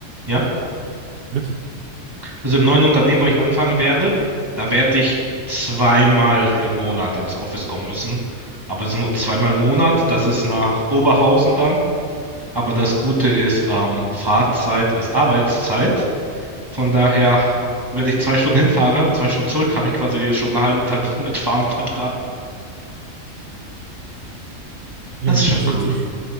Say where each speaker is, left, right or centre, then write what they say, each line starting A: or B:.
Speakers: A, on the right; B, on the right.
A: ja,
B: bitte.
A: also im neuen Unternehmen, wo ich anfangen werde, da werde ich zweimal im Monat ins Office kommen müssen. Aber es sind nur zweimal im Monat. Das ist nach Oberhausen dann. Aber das Gute ist, ähm, Fahrzeit ist Arbeitszeit. Von daher, wenn ich zwei Stunden hinfahre, zwei Stunden zurück, habe ich quasi schon einen halben Tag <laughs> nur mit Fahren verbracht.
B: Ja,
A: Das ist schon
B: das hört
A: cool.
B: sich